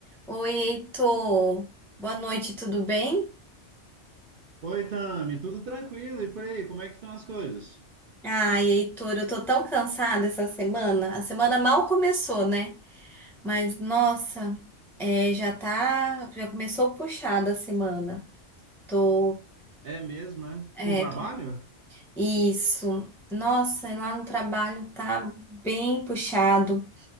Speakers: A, in the centre; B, on the right (about 55°).
A: Oi, Heitor. Boa noite, tudo bem?
B: Oi, Tami, tudo tranquilo? E por aí, como é que estão as coisas?
A: Ai, Heitor, eu tô tão cansada essa semana. A semana mal começou, né? Mas nossa, é, já tá, já começou puxada a semana. Tô,
B: É mesmo, é?
A: é,
B: Com trabalho?
A: tô- isso. Nossa, lá no trabalho tá bem puxado.